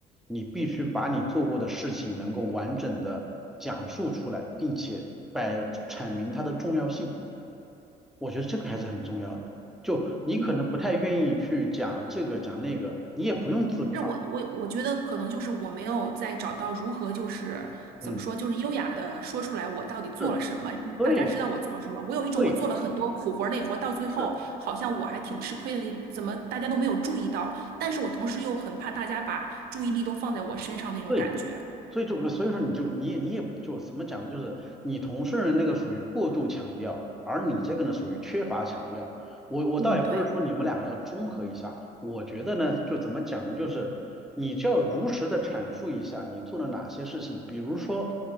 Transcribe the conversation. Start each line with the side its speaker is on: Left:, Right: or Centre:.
Centre: 你必须把你做过的事情能够完整的讲述出来，并且摆阐明它的重要性。我觉得这个还是很重要的。就你可能不太愿意去讲这个讲那个，
Right: 嗯。
Centre: 你也不用自夸。
Right: 是我我我觉得可能就是我没有在找到如何就是怎么说就是优雅的说出来我到底做了什么，
Centre: 嗯，是，
Right: 让大家知道我做了什么。
Centre: 对，
Right: 我有一种我做了很多苦活儿累活儿到最后好像我还挺吃亏的那种，
Centre: 对，是，
Right: 怎么大家都没有注意到？但是我同时又很怕大家把注意力都放在我身上那种感觉。
Centre: 对。所以就所以说你就你也你也就怎么讲呢？就是你同事的那个属于过度强调，而你这个呢属于缺乏强调。我我倒也不是说你们两个要综合一下，
Right: 嗯，对，
Centre: 我觉得呢就怎么讲呢？就是你就要如实的阐述一下你做了哪些事情，比如说